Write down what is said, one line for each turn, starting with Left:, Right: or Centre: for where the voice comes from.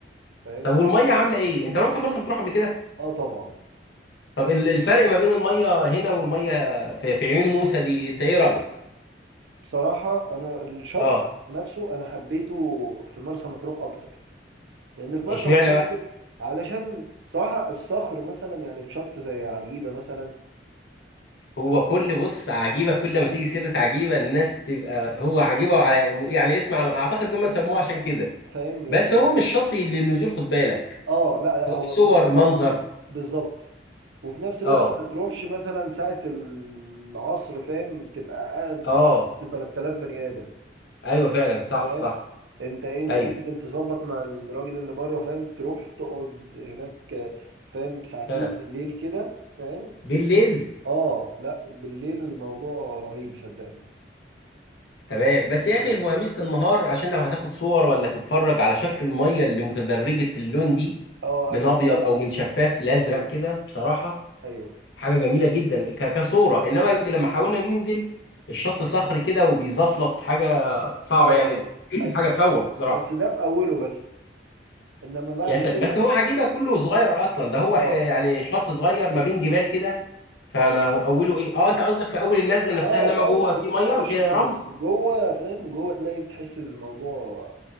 Right: فاهم
Left: طب والميه عامله ايه انت رحت مرسى مطروح قبل كده
Right: اه طبعا
Left: طب ال- الفرق ما بين الميه هنا والميه في, في عيون موسى دي انت ايه رايك
Right: بصراحة أنا الشط
Left: اه
Right: نفسه أنا حبيته في مرسى مطروح أكتر لأن في مرسى
Left: اشمعنى
Right: مطروح
Left: بقى
Right: كده- علشان بصراحة الصخر مثلا يعني في شط زي عجيبة مثلا
Left: هو كل بص عجيبه كل ما تيجي سيره عجيبه الناس تبقى هو عجيبه وعلى يعني اسم على اعتقد ان هم سموه عشان كده
Right: فاهم يعني
Left: بس هو مش شط للنزول خد بالك
Right: آه لا لا
Left: هو
Right: هو
Left: صور
Right: بصراحة
Left: منظر
Right: بالظبط وفي نفس
Left: اه
Right: الوقت ما تروحش مثلا ساعة العصر فاهم تبقى قاعد
Left: اه
Right: وسط 3000 بني آدم
Left: ايوه فعلا صح
Right: فاهم
Left: صح
Right: أنت إيه أنت
Left: ايوه
Right: ممكن تظبط مع الراجل اللي بره فاهم تروح تقعد هناك فاهم ساعتين
Left: آه.
Right: بالليل كده فاهم
Left: بالليل
Right: اه لا بالليل الموضوع رهيب صدقني
Left: تمام بس يا
Right: رهيب
Left: اخي هو ميزة النهار عشان لو هتاخد صور ولا تتفرج على شكل المية اللي متدرجة اللون دي
Right: اه
Left: من
Right: انا بصراحة
Left: ابيض او من شفاف لازرق
Right: ايوه
Left: كده بصراحة
Right: ايوه
Left: حاجة جميلة جدا ك- كصورة انما لما حاولنا ننزل الشط صخري كده وبيزفلط حاجة صعبة
Right: اه
Left: يعني
Right: ايوه
Left: <clears throat> حاجة تخوف بصراحة
Right: بس ده في اوله بس انما بعد
Left: يا س...
Right: كده
Left: بس هو عجيبة كله صغير اصلا ده هو
Right: اه
Left: ح... يعني شط صغير ما بين جبال كده فما هو اوله ايه اه انت قصدك في اول النزلة نفسها
Right: اه
Left: انما
Right: في اول
Left: جوه في مية
Right: في اول الشط
Left: فيها رمل
Right: بس جوه فاهم جوه تلاقي تحس الموضوع